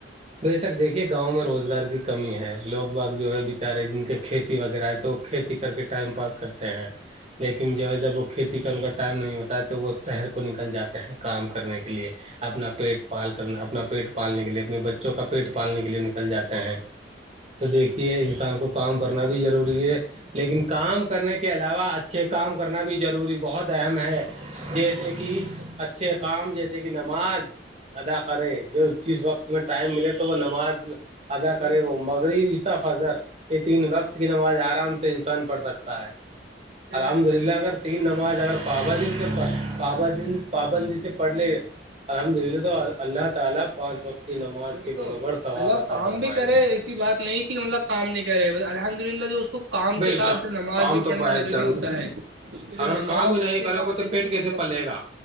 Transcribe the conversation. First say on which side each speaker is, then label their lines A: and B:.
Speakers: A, on the right; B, on the right.
A: بےشک دیکھیے گاؤں میں روزگار کی کمی ہے لوگ باغ جو ہے بچارے جن کے کھیتی وغیرہ ہے تو کھیتی کر کے ٹائم پاس کرتے ہیں
B: <inaudible>
A: لیکن جو ہے جب وہ کھیتی کر کا ٹائم نہیں ہوتا ہے تو وہ شہر کو نکل جاتا ہیں کام کرنے کے لیے اپنا پیٹ پال کر کرنا اپنا پیٹ پالنے کے لیے اپنے بچوں کا پیٹ پالنے کے لیے نکل جاتے ہیں تو دیکھیے انسان کو کام کرنا بھی ضروری ہے لیکن کام کرنے کے علاوہ اچھے کام کرنا بھی ضروری بہت اہم ہے
B: بے
A: جیسے
B: شک
A: کہ
B: بے شک
A: اچھے کام جیسے کہ نماز ادا کرے جو جس وقت میں ٹائم ملے تو وہ نماز ادا
B: وہی
A: کرے وہ
B: تو
A: وقت غریبیا فضر یہ تین
B: بس
A: وقت کی
B: یار،
A: نماز آرام سے انسان پڑھ سکتا ہے الحمد
B: آپ نے
A: للہ
B: صحیح
A: اگر
B: بتایا
A: تین نماز اگر پاوا ج ان کے پاس بابا جی پابندی سے پڑھ لے الحمدللہ تو اللہ تعالی پانچ کی نماز
B: وہی
A: کے
B: تو
A: بروبر
B: مطلب
A: ثوابطہ
B: کام
A: فرمائے
B: بھی کرے
A: گا
B: ایسی بات نہیں کہ ہمطلب کام نہیں کر رہے الحمد للہ جو اس کو کام
A: بے
B: کے ساتھ
A: شک
B: جو نماز
A: کام
B: بھی
A: تو
B: پڑھنا
A: بےحد
B: ضروری ہوتا ہے اس کو جو
A: اگر
B: نماز
A: کام ہی نہیں
B: کے
A: کرو
B: ساتھ
A: گے تو پیٹ
B: ف
A: کیسے
B: دو وقت
A: پلے
B: ن ہمارا
A: گا